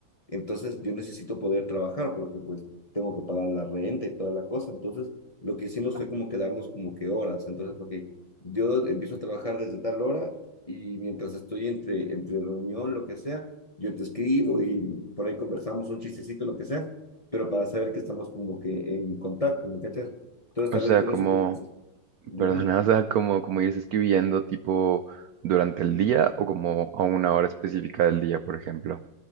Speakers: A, on the left; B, on the right.
A: Entonces, yo necesito poder trabajar porque, pues, tengo que pagar la renta y toda la cosa. Entonces, lo que hicimos fue como quedarnos como que horas. Entonces, ok, yo empiezo a trabajar desde tal hora y mientras estoy entre, entre reunión, lo que sea, yo te escribo y por ahí conversamos un chistecito, lo que sea, pero para saber que estamos como que en contacto, ¿me cachas? Entonces,
B: O
A: tal
B: sea,
A: vez por
B: como...
A: eso, pues, dime.
B: Perdona, <laughs> o sea, como, como irse escribiendo tipo durante el día o como a una hora específica del día, por ejemplo.